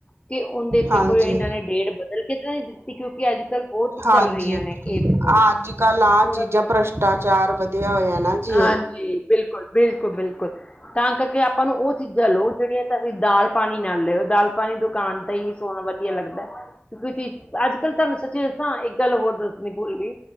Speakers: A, on the left (about 25°); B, on the right (about 65°).
A: ਕਿ ਉਹਦੇ
B: ਹਾਂਜੀ
A: ਤੇ ਕੋਈ ਇਹਨਾਂ ਨੇ ਡੇਟ ਬਦਲ ਕੇ ਤਾਂ ਨਹੀਂ ਦਿਤੀ ਕਿਉਕਿ ਅਜ ਕਲ ਬਹੁਤ
B: ਹਾਂਜੀ
A: ਚਲ ਰਹੀਆਂ ਨੇ ਇਹ ਫਰੋਡ
B: ਅੱਜ ਕਲ ਆਹ
A: ਥੋੜਾ
B: ਚੀਜਾ ਭ੍ਰਿਸ਼ਟਾਚਾਰ ਵਧਿਆ ਹੋਇਆ ਨਾ ਜੀ।
A: ਹਾਂਜੀ ਬਿਲਕੁਲ ਬਿਲਕੁਲ ਬਿਲਕੁਲ ਤਾਂ ਕਰਕੇ ਆਪਾ ਨੂੰ ਉਹ ਚੀਜਾ ਲੋ ਜਿਹੜੀਆਂ ਤਾਂ ਤੁਸੀ ਦਾਲ ਪਾਣੀ ਨਾਲ ਲੈਓ ਦਾਲ ਪਾਣੀ ਦੁਕਾਨ ਦਾ ਹੀ ਸੋਹਣਾ ਵਧੀਆ ਲਗਦਾ ਕਿਉਕਿ ਤੁਸੀ ਅੱਜ ਕਲ ਤੁਹਾਨੂੰ ਸਚੀ ਦਸਾਂ ਇਕ ਗਲ ਹੋਰ ਦਸਣੀ ਭੁਲਗਈ